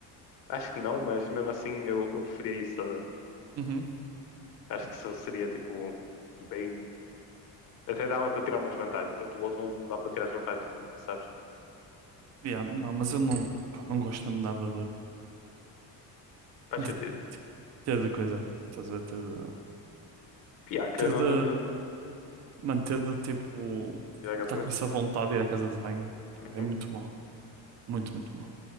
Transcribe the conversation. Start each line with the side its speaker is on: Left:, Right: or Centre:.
Left: Acho que não, mas mesmo assim eu, eu preferia isso. estás a ver?
Right: Uhum.
Left: Acho que isso seria tipo bem. Até dava para tirar umas vantagens, enquanto o outro não dá para tirar as vantagens nenhuma, sabes?
Right: Yeah, não, mas eu não, pá, não gosto mesmo nada
Left: Faz
Right: de,
Left: sentido.
Right: Ter de coisa, tipo, estás a ver, ter de,
Left: Piá, querendo
Right: ter
Left: ou
Right: de,
Left: não, não.
Right: mano, ter de tipo,
Left: Já
Right: estar
Left: bem?
Right: com essa vontade de ir à casa de banho, pá,
Left: Uhum.
Right: é muito mau, muito, muito mau.